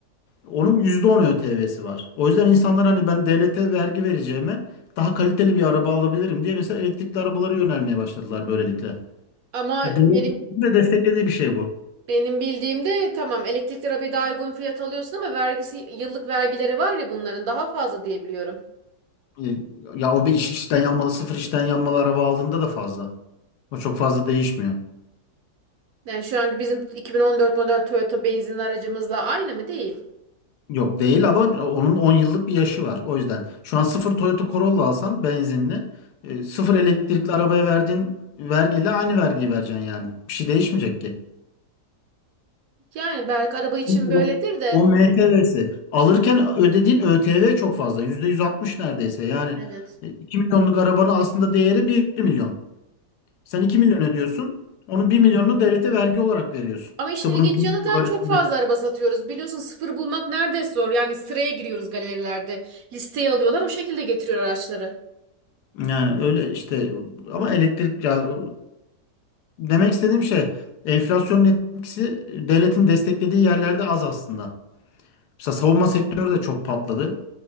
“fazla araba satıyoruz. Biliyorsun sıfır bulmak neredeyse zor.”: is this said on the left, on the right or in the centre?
Right